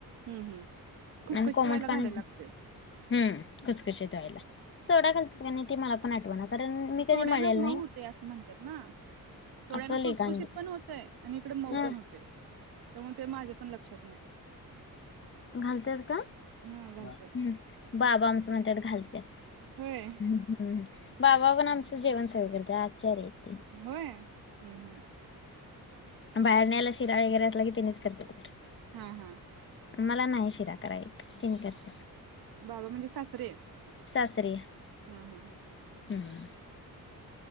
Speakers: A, on the right; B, on the left.
A: हम्म, खुसखुशीत
B: आणि कोमट
A: व्हायला घालायला
B: पाण्यात
A: लागतय.
B: हम्म खुसखुशीत व्हायला सोडा घालतात का नाही ते मला पण आठवना कारण मी
A: सोड्यानं
B: कधी मळलेल
A: मऊ
B: नाही
A: हुतय असं म्हणतात ना. थोड्यांना
B: असं लेकांनी
A: खुसखुशीत पण होतय आणि इकडे मऊ
B: ह
A: पण होतय. त्यामुळे ते माझ्या पण लक्षात नाही.
B: घालत्यात का?
A: हा घालतेच
B: हम् बाबा आमचं म्हणत्यात घालत्यात.
A: होय
B: हूम् बाबा पण आमचं जेवण सगळं करत्यात आचारी हायीत.
A: व्हय? हू हू.
B: बाहेर न्यायला शिरा वगैरे असल की, तेनीच करत्यात घरात.
A: हा हा.
B: मला नाही शिरा कराय येत. तेनी करत्यात.
A: बाबा म्हणजे सासरे?
B: सासरे.
A: हा हा.
B: हुं.